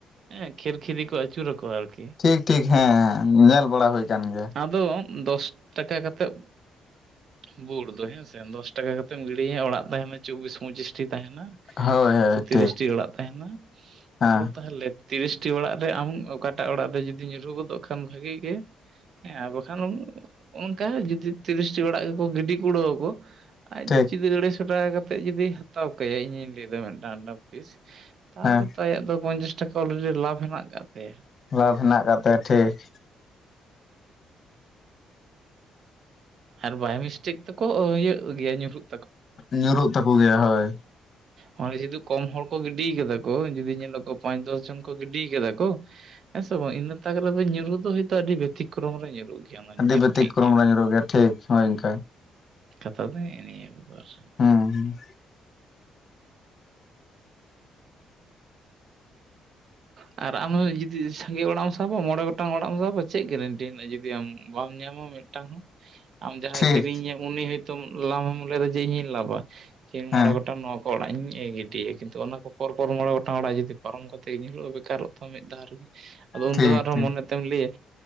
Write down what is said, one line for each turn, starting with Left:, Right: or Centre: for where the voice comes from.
Right: ᱦᱮᱸ ᱠᱷᱮᱨ ᱠᱷᱤᱨᱤ ᱠᱚ ᱟᱹᱪᱩᱨᱟᱠᱣᱟ ᱟᱨᱠᱤ
Left: ᱴᱷᱤᱠ ᱴᱷᱤᱠ ᱦᱮᱸ ᱧᱮᱞ ᱵᱟᱲᱟ ᱦᱩᱭ ᱟᱠᱟᱱ ᱜᱮᱭᱟ᱾
Right: ᱟᱫᱚ ᱫᱚᱥ ᱴᱟᱠᱟ ᱠᱟᱛᱮᱜ ᱵᱩᱴ ᱫᱚ ᱦᱮᱸᱥᱮ ᱫᱚᱥ ᱴᱟᱠᱟ ᱠᱟᱛᱮᱢ ᱜᱤᱲᱤᱧᱟ ᱚᱲᱟᱜ ᱛᱟᱦᱮᱱᱟ ᱪᱚᱵᱽᱵᱤᱥ ᱯᱚᱸᱪᱤᱥᱴᱤ ᱛᱟᱦᱮᱱᱟ᱾
Left: ᱦᱳᱭ ᱦᱳᱭ
Right: ᱥᱮ ᱛᱤᱨᱤᱥᱴᱤ
Left: ᱴᱷᱤᱠ
Right: ᱚᱲᱟᱜ ᱛᱟᱦᱮᱱᱟ
Left: ᱦᱮᱸ
Right: ᱟᱫᱚ ᱛᱟᱦᱚᱞᱮ ᱛᱤᱨᱤᱥᱴᱤ ᱚᱲᱟᱜ ᱨᱮ ᱟᱢ ᱚᱠᱟᱴᱟᱜ ᱚᱲᱟᱜ ᱨᱮ ᱡᱩᱫᱤ ᱧᱩᱨᱩ ᱜᱚᱫᱚᱜ ᱠᱷᱟᱱ ᱵᱷᱟᱜᱤ ᱜᱮ ᱦᱮᱸ ᱟᱨ ᱵᱟᱠᱷᱟᱱ ᱚᱱᱠᱟ ᱡᱩᱫᱤ ᱛᱤᱨᱤᱥᱴᱤ ᱚᱲᱟᱜ ᱜᱮᱠᱚ ᱜᱤᱰᱤ ᱠᱩᱲᱟᱹᱣ ᱟᱠᱚ ᱟᱡ
Left: ᱴᱷᱤᱠ
Right: ᱡᱩᱫᱤ ᱟᱹᱲᱟᱹᱭ ᱥᱚ ᱴᱟᱠᱟ ᱠᱟᱛᱮᱫ ᱡᱩᱫᱤ ᱦᱟᱛᱟᱣ ᱠᱟᱭᱟ ᱤᱧᱤᱧ ᱞᱟᱹᱭᱫᱟ ᱢᱤᱫᱴᱟᱝ ᱢᱤᱫᱴᱟᱝ ᱯᱤᱥ ᱛᱟᱦᱚᱞᱮ
Left: ᱦᱮᱸ
Right: ᱛᱚ ᱟᱭᱟᱜ ᱫᱚ ᱯᱚᱧᱪᱟᱥ ᱴᱟᱠᱟ ᱚᱞᱨᱮᱰᱤ ᱞᱟᱵᱷ ᱦᱮᱱᱟᱜ ᱟᱠᱟᱫ ᱛᱟᱭᱟ᱾
Left: ᱞᱟᱵᱷ ᱦᱮᱱᱟᱜ ᱟᱠᱟᱫ ᱛᱟᱭᱮᱭᱟ ᱴᱷᱤᱠ
Right: ᱟᱨ ᱵᱟᱭ ᱢᱤᱥᱴᱮᱠ ᱛᱠᱚ ᱤᱭᱟᱹᱜ ᱜᱮᱭᱟ ᱧᱩᱨᱩᱜ
Left: ᱧᱩᱨᱩᱜ ᱛᱟᱠᱚ ᱜᱮᱭᱟ ᱦᱳᱭ
Right: ᱱᱚᱜᱚᱭ ᱡᱩᱫᱩ ᱠᱚᱢ ᱦᱚᱲ ᱠᱚ ᱜᱤᱰᱤ ᱠᱟᱫᱟ ᱠᱚ ᱡᱩᱫᱤ ᱧᱮᱞᱚᱜ ᱠᱚ ᱯᱟᱸᱪ ᱫᱚᱥ ᱡᱚᱱ ᱠᱚ ᱜᱤᱰᱤ ᱠᱟᱫᱟ ᱠᱚ ᱦᱮᱸ ᱥᱮ ᱵᱟᱝ ᱤᱱᱟᱹ ᱛᱟᱠ ᱨᱮᱫᱚ ᱧᱩᱨᱦᱩᱜ ᱫᱚ ᱦᱚᱭᱛᱳ ᱟᱹᱰᱤ ᱵᱮᱛᱤᱠᱨᱚᱢ ᱨᱮ ᱧᱩᱨᱩᱜ ᱜᱮᱭᱟ ᱚᱱᱟ
Left: ᱟᱹᱰᱤ
Right: ᱧᱮᱞ
Left: ᱵᱛᱤᱠ
Right: ᱠᱮᱫ
Left: ᱠᱚᱨᱚᱢ
Right: ᱜᱮᱭᱟ
Left: ᱨᱮ ᱧᱩᱨᱚᱜ ᱜᱮᱭᱟ ᱴᱷᱤᱠ ᱦᱳᱭ ᱤᱱᱝᱠᱮ
Right: ᱠᱟᱛᱷᱟ ᱫᱚ ᱤᱱᱟ ᱵᱮᱯᱟᱨ
Left: ᱦᱩᱸ
Right: ᱟᱨ ᱟᱢ ᱦᱚ ᱡᱩᱫᱤ ᱥᱟᱸᱜᱮ ᱚᱲᱟᱜ ᱮᱢ ᱥᱟᱵᱟ ᱢᱚᱬᱮ ᱜᱚᱴᱟᱝ ᱚᱲᱟᱜ ᱮᱢ ᱥᱟᱵᱟ ᱪᱮᱫ ᱜᱮᱨᱮᱱᱴᱤ ᱦᱮᱱᱟᱜᱼᱟ ᱡᱩᱫᱤ ᱟᱢ ᱵᱟᱢ ᱧᱟᱢᱟ ᱢᱤᱫᱴᱟᱝ ᱦᱚᱸ <inaudible> ᱟᱢ ᱡᱟᱦᱟᱸᱭ
Left: ᱴᱷᱤᱠ
Right: ᱠᱤᱨᱤᱧᱟᱢ ᱩᱱᱤ ᱦᱚᱭᱛᱳ ᱞᱟᱵᱷᱮᱢ ᱞᱟᱹᱭ ᱮᱢ ᱡᱮ ᱤᱧᱤᱧ ᱞᱟᱵᱟ ᱤᱧ
Left: ᱦᱮᱸ
Right: ᱢᱚᱬᱮ ᱜᱚᱴᱟᱝ ᱱᱚᱣᱟ ᱚᱲᱟᱜ ᱤᱧ ᱜᱤᱰᱤᱭᱟ ᱠᱤᱱᱛᱩ ᱚᱱᱟ ᱠᱚ ᱯᱚᱨ ᱯᱚᱨ ᱢᱚᱬᱮ ᱜᱚᱴᱟᱝ ᱚᱲᱟᱜ ᱡᱩᱫᱤ ᱯᱟᱨᱚᱢ ᱠᱟᱛᱮᱜ ᱜᱮ ᱧᱩᱨᱩᱜᱼᱟ ᱵᱮᱠᱟᱨᱚᱜ ᱛᱟᱢ ᱢᱤᱫ ᱫᱷᱟᱣ ᱨᱮ ᱟᱫᱚ ᱩᱱᱚᱱ
Left: ᱴᱷᱤᱠ
Right: ᱛᱚ ᱟᱨ
Left: ᱴᱷᱤᱠ
Right: ᱢᱚᱱᱮ ᱮᱢ ᱞᱟᱹᱭᱟ